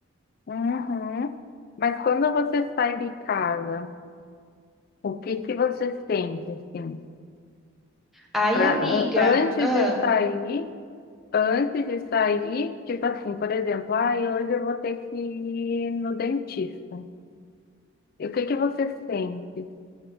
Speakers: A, on the left (about 45°); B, in the centre.
A: Uhum. Mas quando você sai de casa, o que que você sente assim?
B: Ai,
A: Pra,
B: amiga,
A: an- antes
B: ahn.
A: de sair, antes de sair, tipo assim, por exemplo, ah, hoje eu vou ter que ir no dentista. E o que que você sente?